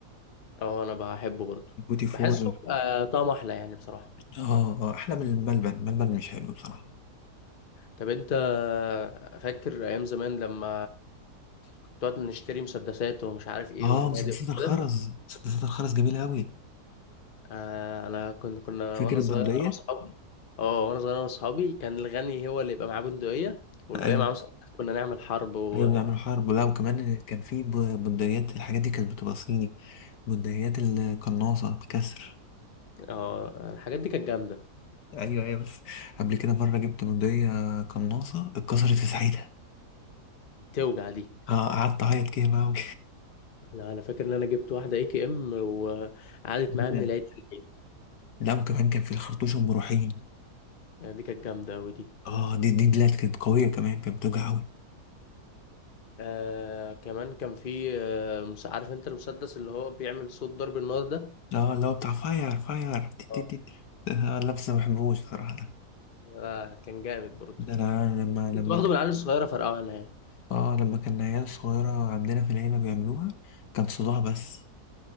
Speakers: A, on the left; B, on the left.
A: اه انا بحبه برضه
B: بوتي فور
A: بحسه آه طعمه احلى يعني بصراحه
B: اه اه احلى من الملبن الملبن مش حلو بصراحه
A: طب انت فاكر ايام زمان لما كنت نقعد نشتري مسدسات ومش عارف ايه
B: اه
A: وبنادق
B: مسدسات الخرز
A: وكده
B: مسدسات الخرز جميله قوي
A: آه انا كنت كنا
B: فاكر
A: وانا
B: البندقيه
A: صغير انا واصحابي اه وانا صغير انا واصحابي كان الغني هو اللي يبقى معاه بندقيه والباقي
B: ايوه
A: معاه مسدسات كنا نعمل حرب و
B: ايوه بنعمل حرب ولا وكمان كان في ب- بندقيات الحاجات دي كانت بتبقى صيني بندقيات القناصه الكسر
A: اه الحاجات دي كانت جامده
B: ايوه ايوه بس قبل كده مره جبت بندقيه قناصه اتكسرت في ساعتها
A: توجع دي
B: اه قعدت اعيط كده بقى و...
A: لا انا فاكر ان انا جبت واحده اي كي ام وقعدت
B: <laughs>
A: معايا من العيد للعيد
B: لا وكمان كان في الخرطوش ام روحين
A: يعني دي كانت جامده ودي
B: اه دي دي دلات كانت قويه كمان كانت بتوجع قوي
A: آه كمان كان في آه مش عارف انت المسدس اللي هو بيعمل صوت ضرب النار ده
B: اه اللي هو بتاع فاير فاير دي
A: آه.
B: دي دي دي. آه لا بس ما بحبوش صراحه ده
A: آه كان جامد برضه
B: ده انا لما لما
A: كنت باخده
B: ك-
A: من العيال الصغيرة فرقعه انا يعني
B: اه لما كان عيال صغيره عندنا في العيله بيعملوها كان صداع بس